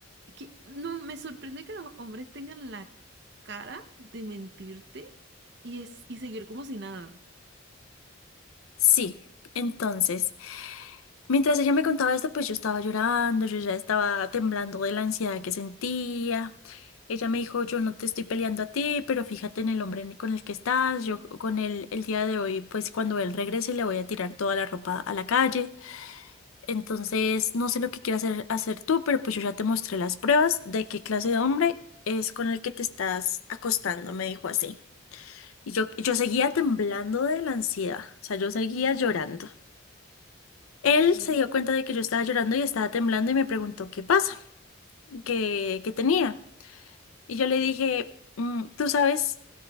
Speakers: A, on the right (about 55°); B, on the left (about 80°).
A: es que no me sorprende que los hombres tengan la cara de mentirte y, es, y seguir como si nada.
B: Sí, entonces, mientras ella me contaba esto, pues yo estaba llorando, yo ya estaba temblando de la ansiedad que sentía. Ella me dijo, yo no te estoy peleando a ti, pero fíjate en el hombre en- con el que estás, yo con él el día de hoy, pues cuando él regrese le voy a tirar toda la ropa a la calle. Entonces, no sé lo que quieras hacer, hacer tú, pero pues yo ya te mostré las pruebas de qué clase de hombre es con el que te estás acostando, me dijo así. Y yo, yo seguía temblando de la ansiedad, o sea, yo seguía llorando. Él
A: Mm.
B: se dio cuenta de que yo estaba llorando y estaba temblando y me preguntó qué pasa, qué, qué tenía. Y yo le dije, "Mm, ¿tú sabes,